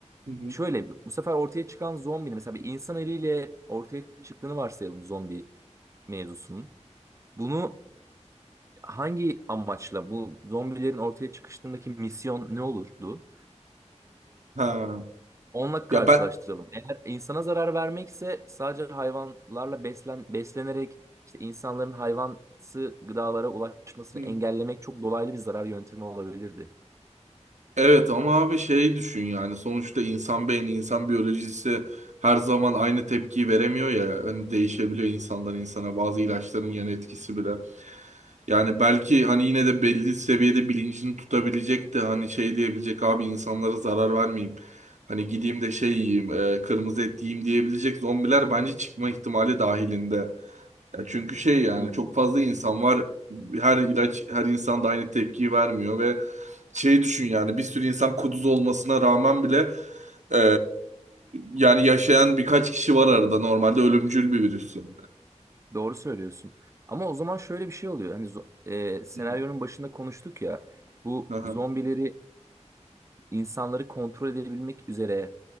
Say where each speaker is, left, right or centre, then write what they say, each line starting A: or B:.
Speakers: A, on the right; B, on the right.
A: Hı hı.
B: şöyle bu sefer ortaya çıkan zombinin mesela bir insan eliyle ortaya çıktığını varsayalım zombi mevzusunun. Bunu hangi amaçla bu zombilerin ortaya çıkışındaki misyon ne olurdu?
A: Ha.
B: Onunla karşılaştıralım.
A: Ya ben
B: Eğer insana zarar vermekse sadece hayvanlarla beslen beslenerek işte insanların hayvansı gıdalara ulaşmasını
A: Hı.
B: engellemek çok dolaylı bir zarar yöntemi olabilirdi.
A: Evet ama abi şey düşün yani sonuçta insan beyni, insan biyolojisi her zaman aynı tepkiyi veremiyor ya. Hani değişebiliyor insandan insana bazı ilaçların yan etkisi bile. Yani belki hani yine de belli seviyede bilincini tutabilecek de hani şey diyebilecek abi insanlara zarar vermeyeyim. Hani gideyim de şey yiyeyim, e, kırmızı et yiyeyim diyebilecek zombiler bence çıkma ihtimali dahilinde. Ya çünkü şey yani
B: Hmm.
A: çok fazla insan var. Her ilaç her insan da aynı tepkiyi vermiyor ve Şeyi düşün yani bir sürü insan kuduz olmasına rağmen bile e, yani yaşayan birkaç kişi var arada normalde ölümcül bir virüs yani.
B: Doğru söylüyorsun. Ama o zaman şöyle bir şey oluyor. Hani zo- e, senaryonun
A: Hı.
B: başında konuştuk ya. Bu
A: Aha.
B: zombileri insanları kontrol edebilmek üzere